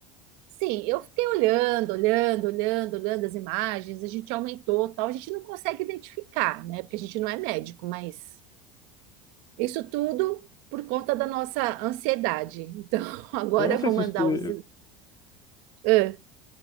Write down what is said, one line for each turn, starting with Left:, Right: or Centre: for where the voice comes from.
Right: Sim, eu fiquei olhando, olhando, olhando, olhando as imagens, a gente aumentou, tal, a gente não consegue identificar, né? Porque a gente não é médico, mas isso tudo por conta da nossa ansiedade. Então, <laughs> agora
Left: Eu não
Right: eu
Left: sei
Right: vou
Left: se
Right: mandar
Left: isso, eu
Right: os. Ah,